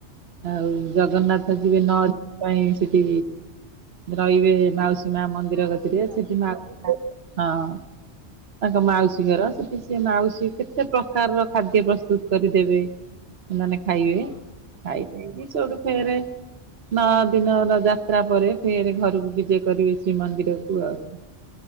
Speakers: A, on the right (about 65°); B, on the left (about 55°).
A: ଆଉ
B: ହୁଁ
A: ଜଗନ୍ନାଥ ଯିବେ ନଅ <inaudible> ପାଇଁ ସେଠି ରହିବେ ମାଉସୀ ତି ମା ମନ୍ଦିର
B: ମାଉସୀ
A: କତିରେ
B: ଘର
A: ସେଠି ମା <unintelligible> ହଁ। ତାଙ୍କ ମାଉସୀ ଘର ସେଠି ସିଏ ମାଉସୀ କେତେ ପ୍ରକାରର ଖାଦ୍ୟ ପ୍ରସ୍ତୁତୁ କରିଦେବେ। ମାନେ ଖାଇବେ
B: ହଁ
A: ଖାଇ ପିଇକି ସୋଉଠୁ ଫେରେ ନଅ ଦିନର ଯାତ୍ରା ପରେ ଫେରେ ଘରୁକୁ ବିଜେ କରିବେ ଶ୍ରୀମନ୍ଦିରକୁ ଆଉ।